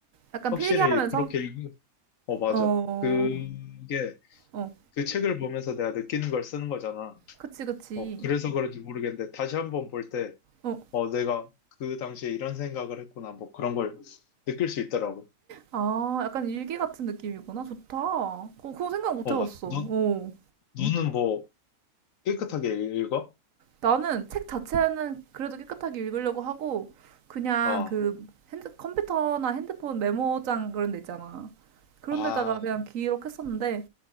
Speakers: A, on the right (about 70°); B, on the left (about 70°).
A: 약간
B: 확실히
A: 필기하면서,
B: 그렇게 읽으, 어, 맞아.
A: 어,
B: 그게
A: 어,
B: 그 책을 보면서 내가 느끼는 걸 쓰는 거잖아.
A: 그치, 그치.
B: 어, 그래서 그런지 모르겠는데 다시 한번 볼 때,
A: 어,
B: 어, 내가 그 당시에 이런 생각을 했구나. 뭐 그런 걸 느낄 수 있더라고.
A: 아, 약간 일기 같은 느낌이구나. 좋다. 어, 그거 생각 못
B: 어,
A: 해봤어.
B: 맞아. 눈,
A: 어,
B: 눈은 뭐 깨끗하게 읽어?
A: 나는 책 자체는 그래도 깨끗하게 읽으려고 하고, 그냥
B: 아,
A: 그 핸드, 컴퓨터나 핸드폰 메모장 그런 데 있잖아. 그런
B: 아,
A: 데다가 그냥 기록했었는데,